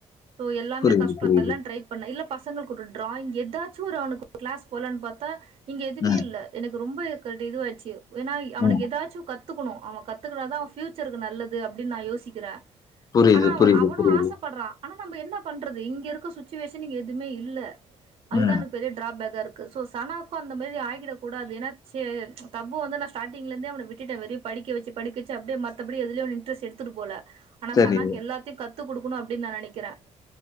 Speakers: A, on the right; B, on the left.
A: சோ எல்லாமே
B: புரியுது,
A: கஷ்டோ
B: புரியுது.
A: எல்லா ட்ரை பண்ண இல்ல பசங்களுக்கு ஒரு ட்ராயிங் எதாச்சு ஒரு அவனுக்கு ஒரு கிளாஸ் போலான்னு பத்தா இங்க எதுமே
B: ம்,
A: இல்ல எனக்கு ரொம்ப கட் இதுவாயுச்சு ஏனா அவனுக்கு
B: ம்.
A: ஏதாச்சு கத்துக்கணு அவ கத்துக்கனாதா அவன் ஃபியூச்சருக்கு நல்லது அப்டினு நா யோசிக்கிறே
B: புரியுது,
A: ஆனா அவ
B: புரியுது,
A: அவுனு
B: புரியுது.
A: ஆசப்படுறா ஆனா நம்ம என்ன பண்றது இங்க இருக்க சுச்சிவெஷன் இங்க எதுமே இல்ல அதுதா
B: ம்.
A: எனக் ட்ராபெங்க இருக்கு சோ சனாவுக்கு அந்த மாரி ஆகிடக்கூடாது ஏனா செ தப்பு வந்து நா ஸ்டார்டிங்ல இருந்தே அவ விட்டுட்டே வெளி படிக்க வச்சு படிக்க வச்சு அப்டியே மத்தபடி எதுலயே அவுனு இன்டரஸ்ட் எடுத்துட்டு போல ஆனா
B: சரி,
A: சன்னாக்கு எல்லாத்தியு கத்து குடுக்கணு அப்டின்னு நா நெனைக்கிறே